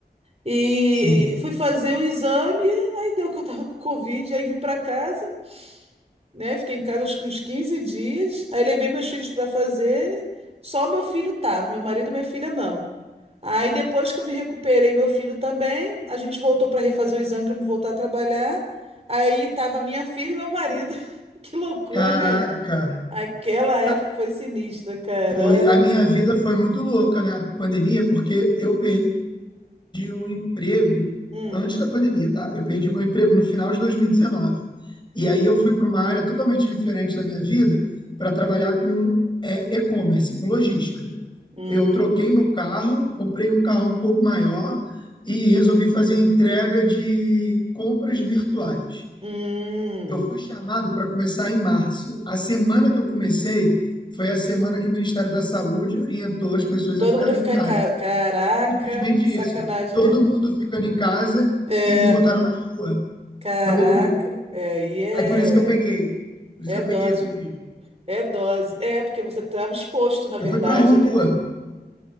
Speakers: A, on the right; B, on the left.
A: E
B: Sim.
A: fui fazer o exame, aí deu que eu tava com Covid, aí vim para casa, né? Fiquei em casa acho que uns 15 dias. Aí levei meus filhos para fazerem, só o meu filho tava, meu marido e minha filha não. Aí depois que eu me recuperei, meu filho também, a gente voltou para refazer o exame para me voltar a trabalhar. Aí tava minha filha e meu marido. <laughs> Que loucura,
B: Caraca.
A: né? Aquela época
B: Ca-
A: foi sinistra, caralho.
B: Foi, a minha vida foi muito louca na pandemia, porque eu perdi o emprego
A: Hum,
B: antes da pandemia, tá? Eu perdi meu emprego no final de 2019. E dezenove. E aí eu fui para uma área totalmente diferente da minha vida para trabalhar com é, e-commerce, com logística.
A: hum,
B: Eu troquei meu carro, comprei um carro um pouco maior e resolvi fazer entrega de compras virtuais.
A: hum.
B: Eu fui chamado para começar em março. A semana que eu comecei foi a semana que o Ministério da Saúde orientou as pessoas
A: Todo
B: a ficarem
A: mundo ia ficar
B: em casa.
A: em ca... Caraca,
B: Simplesmente
A: que
B: isso.
A: sacanagem,
B: Todo
A: né?
B: mundo ficando em casa
A: É,
B: e me botaram na rua.
A: caraca.
B: Foi loucura.
A: É, aí é,
B: Aí por isso que eu peguei. Por isso
A: é
B: que eu
A: dose.
B: peguei a Covid.
A: É dose. É, porque você estava exposto, na
B: Eu
A: verdade,
B: fui pra rua.
A: né?